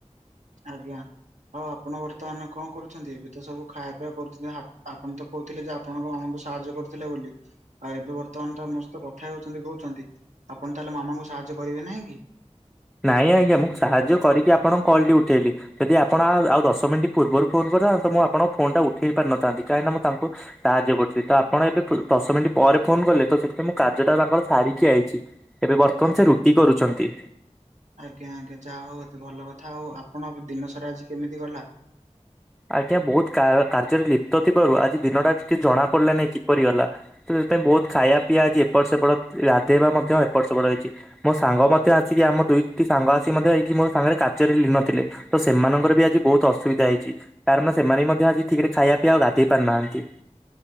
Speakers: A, on the right; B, in the centre.
A: ଆଜ୍ଞା ହଉ ଆପଣ ବର୍ତ୍ତମାନ କଣ କରୁଛନ୍ତି ଏବେତ ସବୁ ଖାଇବା ପିଇବା କରୁଛନ୍ତି ଆପଣତ। କହୁଥିଲେଯେ ଆପଣଙ୍କ ମାମୁଁକୁ ସାହାଯ୍ୟ କରୁଥିଲେ ବୋଲି। ଆଉ ଏବେ ବର୍ତ୍ତମାନତ ମୋ ସହିତ କଥା ହଉଛନ୍ତି କହୁଛନ୍ତି ଆପଣ ତାହେଲେ ମାମୁଁଙ୍କୁ ସାହାଯ୍ୟ କରିବେ ନାହିଁକି।
B: ନାଇଁ ଆଜ୍ଞା ମୁଁ ସାହାଯ୍ୟ କରିକି ଆପଣଙ୍କ କଲଟି ଉଠେଇଲି। ଯଦି ଆପଣ ଆଉ ଆଉ ଦଶ ମିନିଟ ପୂର୍ବରୁ ଫୋନ କରିଥାନ୍ତେ ମୁଁ ଆପଣଙ୍କ ଫୋନଟା ଉଠେଇ ପାରିନଥାନ୍ତି କାହିଁକିନା ମୁଁ ତାଙ୍କୁ ସାହାଯ୍ୟ କରୁଛି ତ ଆପଣ ଏବେ ଫୁର ଦଶମିଣ୍ଟି ପରେ ଫୋନ କଲେତ ସେଥିପାଇଁ ମୁଁ କାର୍ଯ୍ୟଟା ତାଙ୍କର ସାରିକି ଆଇଛି। ଏବେ ବର୍ତ୍ତମାନ
A: ଆଜ୍ଞା
B: ସେ ରୁଟି କରୁଛନ୍ତି।
A: ଆଜ୍ଞା ଆଜ୍ଞା ଯାହାହଉ ଏତେ ଭଲକଥା ଆଉ ଆପଣ ଦିନସାରା ଆଜି କେମିତି ଗଲା?
B: ଆଜ୍ଞା ବହୁତ କା କାକାର୍ଯ୍ୟରେ ଲିପ୍ତଥିବାରୁ ଆଜି ଦିନଟା କିଛି ଜଣା ପଡିଲାନାହିଁ କିପରି ଗଲା। ତ ସେଥିାଇଁ ବହୁତ ଖାଇବା ପିଇବା ଆଜି ଏପଟ ସେପଟ ଗାଧୋଇେଇବା ମଧ୍ୟ ଏପଟ ସେପଟ ହେଇଛି। ମୋ ସାଙ୍ଗ ମଧ୍ୟ ଆସିକି ଆମ ଦୁଇଟି ସାଙ୍ଗ ଆସି ମଧ୍ୟ ଏଇଠି ମୋ ସାଙ୍ଗରେ କାର୍ଯ୍ୟରେ ଲିନଥିଲେ। ତ ସେମାନଙ୍କରବି ଆଜି ବହୁତ ଅସୁବିଧା ହେଇଛି କାରଣ ସେମାନେବି ମଧ୍ୟ ଆଜି ଠିକରେ ଖାଇବା ପିଇବା ଆଉ ଗାଧେଇ ପାରୁନାହାନ୍ତି।